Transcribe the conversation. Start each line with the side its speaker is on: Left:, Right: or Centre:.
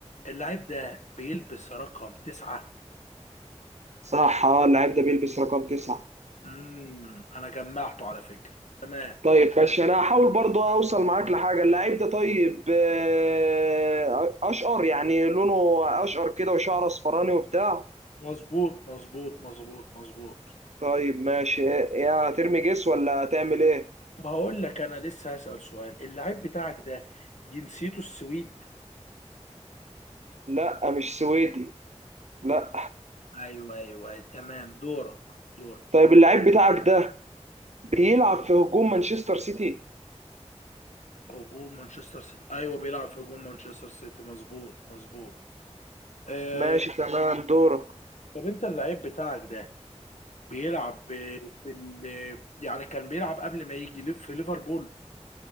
Left: اللعيب ده بيلبس رقم تسعة
Right: صح اه اللعيب ده بيلبس رقم تسعة
Left: امم انا جمعته على فكرة تمام
Right: طيب ماشي انا هحاول برضو اوصل معاك لحاجة اللعيب ده طيب آه، اشقر يعني لونه اشقر كده وشعره اصفراني وبتاع
Left: مظبوط مظبوط مظبوط مظبوط
Right: طيب ماشي يا ترمي جس ولا هتعمل ايه
Left: طب هقول لك انا لسه هسأل سؤال اللاعب بتاعك ده جنسيته السويد
Right: لا مش سويدي لا
Left: ايوه ايوه تمام دورك دور
Right: طيب اللعيب بتاعك ده بيلعب في هجوم مانشستر سيتي
Left: هجوم مانشستر سيتي ايوه بيلعب في هجوم مانشستر سيتي مظبوط مظبوط آه
Right: ماشي تمام دوره
Left: طب انت اللاعب بتاعك ده بيلعب ب- في ال... يعني كان بيلعب قبل ما يجي ليف- في ليفربول